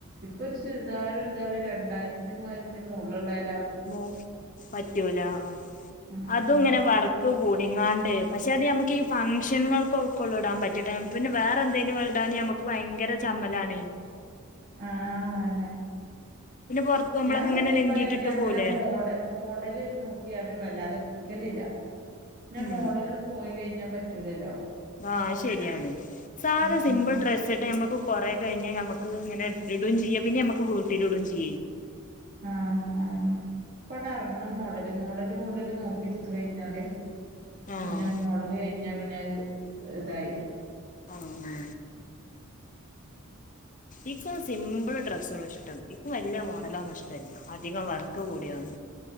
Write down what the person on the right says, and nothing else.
ഇപ്പൊ ഒരു ചുരിദാർരടിക്കാ രണ്ടായിരത്തിന്റെ മൂവായിരത്തിന്റെ മോളിൽ ഉള്ളായാല
ആഹ്
ആഹ അന്നെ
ഞാൻ സത്യം
പറയാണ് ഞ അങ്ങനെ
മോഡ മോഡല് നോക്കിയാ ണ്ട് വല്ലാതെ ഇട്ക്കലില്ല പിന്നെ
മോഡല് പോയി കഴിഞ്ഞാ പറ്റൂലല്ലോ
ആഹ്
ആഹ അെ പ ഇറങ്ങണ മോഡല് മോഡല് ഡല് നോക്കി എടുത്ത കഴിഞ്ഞാല്
പിന്നെ മോഡല് കഴിഞ്ഞ പിന്നെ ഇതായി